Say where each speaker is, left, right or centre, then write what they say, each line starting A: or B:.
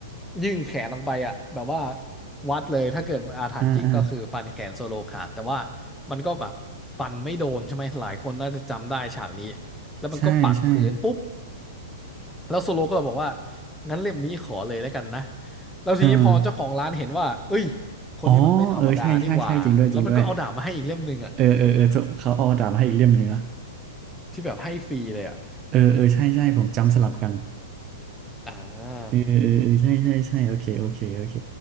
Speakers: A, in the centre; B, on the right.
A: ยื่นแขนออกไปอ่ะแบบว่าวัดเลยถ้าเกิดมันอาถรรพ์จริงก็คือฟันแขนโซโลขาดแต่ว่า
B: อ่าอ่าอ่า
A: มันก็แบบฟันไม่โดนใช่ไหมหลายคนน่าจะจำได้ฉากนี้แล้วมันก็ปักพื้นปุ๊บ
B: ใช่ใช่
A: แล้วโซโลก็บอกว่างั้นเล่มนี้ขอเลยแล้วกันนะแล้วทีนี้พอเจ้าของร้านเห็นว่าเอ้ย
B: เออ
A: คนนี้มันไม่ธรรมดานี่หว่าแล้วมันก็เอาดาบมาให้อีกเล่มหนึ่งอ่ะ
B: อ๋อเออใช่ใช่ใช่จริงด้วยจริงด้วยเออเออเออเขาเอาดาบมาให้อีกเล่มหนึ่งเนอะ
A: ที่แบบให้ฟรีเลยอ่ะ
B: เออเออใช่ใช่ผมจำสลับกัน
A: อ่า
B: เออเออเออเออใช่ใช่ใช่โอเคโอเคโอเค